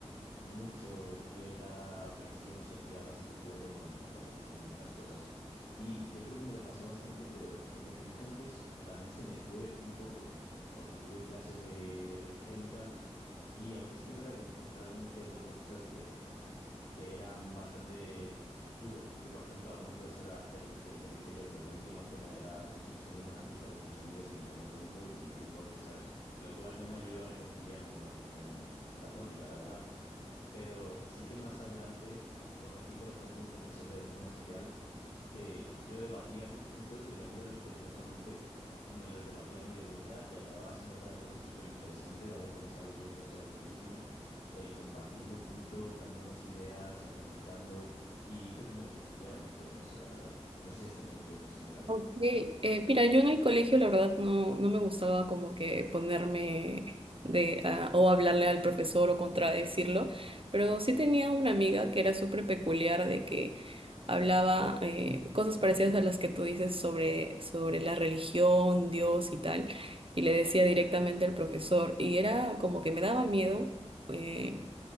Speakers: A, on the left (about 80°); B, on the right (about 50°).
A: mucho cierta presión social bastante fuerte con el catolicismo y estas cosas. Y yo creo que me lo pasó bastante, pero como te dije antes, también se me fue un poco, porque tuve clases de religión y tal, y aunque sí que es verdad que me encontré algún que otro profesor que pf, que eran bastante duros, que por ejemplo a una profesora de religión le dije yo que la última cena era Jesús teniendo una fiesta con sus amigos y me llamó tonto y me metió un golpe, ¿sabes? Lo cual no me ayudó a reconciliarme con la religión católica, la verdad. Pero sí que más adelante conocí, por ejemplo, un profesor de doctrina social que yo debatía sus puntos y el hombre respetuosamente me los debatía a mí de vuelta y acababa siendo cada clase súper interesante de algo pensaba que yo que iba a ser aburridísimo, eh, compartiendo puntos, dándonos ideas, argumentando y hizo que me reconciliara mucho con eso, la verdad. No sé si has tenido experiencias similares.
B: Ok, eh, mira, yo en el colegio la verdad no, no me gustaba como que ponerme de ah, o hablarle al profesor o contradecirlo, pero sí tenía una amiga que era súper peculiar de que hablaba eh, cosas parecidas a las que tú dices sobre, sobre la religión, Dios y tal, y le decía directamente al profesor, y era como que me daba miedo. eh,